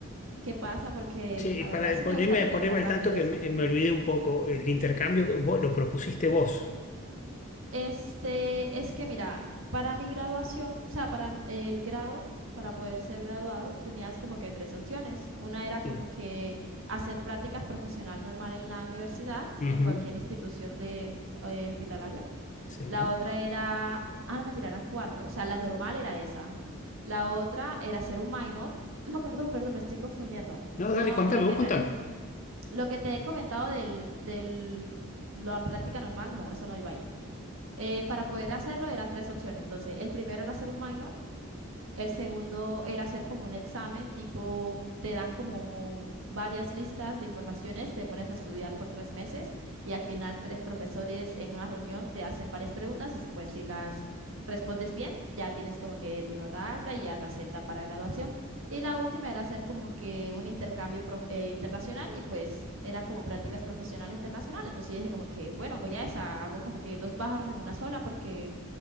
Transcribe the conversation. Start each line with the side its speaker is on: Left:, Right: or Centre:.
Right: qué pasa, porque
Left: Sí,
Right: la
Left: para
Right: verdad sí
Left: ponerme,
Right: me gustaría terminar
Left: ponerme
Right: rápido
Left: al tanto
Right: eso.
Left: que me, me olvidé un poco, el intercambio vos, lo propusiste vos.
Right: Este, es que mira, para mi graduación, o sea, para m- el grado, para poder ser graduado, tenías como que tres opciones. Una era como
Left: Sí.
Right: que hacer prácticas profesional normal en la universidad,
Left: Ujú,
Right: en cualquier institución de eh, hospitalario.
Left: Sí.
Right: La otra era, ah, no, me tiraran cuatro, o sea, la normal era esa. La otra era ser un minor. No, perdón, perdón, me estoy confundiendo.
Left: No,
Right: No,
Left: dale, contame,
Right: lo que
Left: vos contame.
Right: te, Lo que te he comentado del, del- la práctica normal, no, eso no iba ahí. Eh, para poder hacerlo eran tres opciones. Entonces, el primero era hacer un minor, el segundo era hacer como un examen, tipo, te dan como varias listas de informaciones, te pones a estudiar por tres meses y al final tres profesores en una reunión te hacen varias preguntas y si, pues si las respondes bien, ya tienes como que tu nota alta y ya te aceptan para graduación. Y la última era hacer como que un intercambio prof- eh, internacional y pues eran como prácticas profesionales internacionales. Entonces yo dije como que, bueno, voy a esa, hago como que dos pájaros en una sola porque